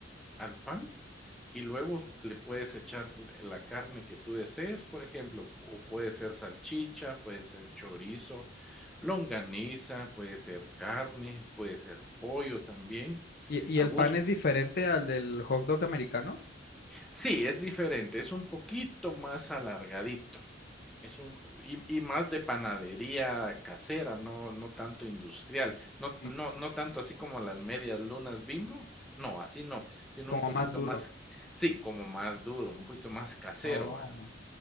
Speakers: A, in the centre; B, on the left.
A: al pan y luego le puedes echar la carne que tú desees, por ejemplo, o puede ser salchicha, puede ser chorizo, Longaniza, puede ser carne, puede ser pollo también,
B: ¿Y, y
A: a
B: el
A: gusto.
B: pan es diferente al del hot dog americano?
A: Sí, es diferente, es un poquito más alargadito, es un po y y más de panadería casera, no no tanto industrial, no
B: Mm,
A: no no tanto así como las medias lunas Bimbo, no, así no, sino
B: Como
A: un poquito
B: más duro.
A: más sí, como más duro, un poquito más casero,
B: Oh,
A: ¿verdad?